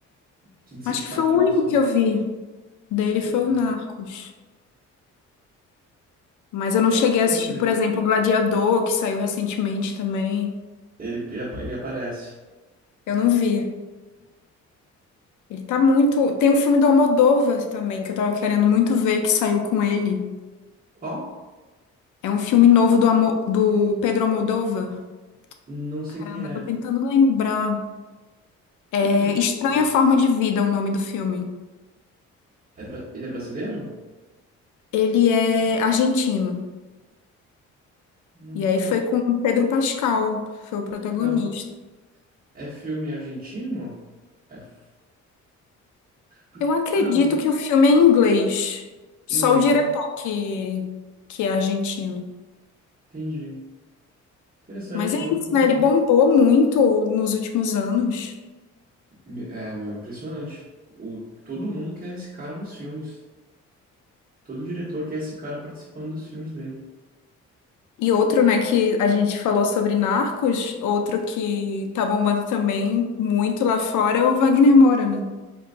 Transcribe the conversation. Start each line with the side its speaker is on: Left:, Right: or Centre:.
Right: que se
Left: Acho
Right: destacou,
Left: que foi o único
Right: assim.
Left: que eu vi dele
Right: Pois
Left: foi o
Right: é.
Left: Narcos. Mas eu não
Right: Gosto
Left: cheguei a
Right: muito
Left: assistir,
Right: dele.
Left: por exemplo, Gladiador, que saiu recentemente também.
Right: Ele, ele, apa- ele aparece.
Left: Eu não vi. Ele tá muito. Tem um filme do Almodóvar também, que eu tava querendo muito ver, que saiu com ele.
Right: Qual?
Left: É um filme novo do, Amo- do Pedro Almodóvar.
Right: Não sei
Left: Caramba,
Right: quem é.
Left: tô tentando lembrar.
Right: Que
Left: É
Right: filme
Left: Estranha
Right: que ele fez?
Left: Forma de Vida, é o nome do filme.
Right: É bra- Ele é brasileiro?
Left: Ele é argentino.
Right: Não
Left: E
Right: conheço.
Left: aí foi com o Pedro Pascal, foi o protagonista.
Right: Que legal. É filme argentino? É... f- Porque...
Left: Eu acredito
Right: Ah, não, não.
Left: que o filme é em inglês. Só
Right: Inglês,
Left: o diretor
Right: né?
Left: que, que é argentino.
Right: Entendi. Interessante,
Left: Mas é
Right: vou dar
Left: isso,
Right: uma olhada.
Left: né? Ele bombou muito nos últimos anos.
Right: Me- É, meu, impressionante. O... Todo mundo quer esse cara nos filmes. Todo diretor quer esse cara participando dos filmes dele.
Left: E outro, né, que a gente falou sobre Narcos, outro que tá bombando também muito lá fora é o Wagner Moura, né?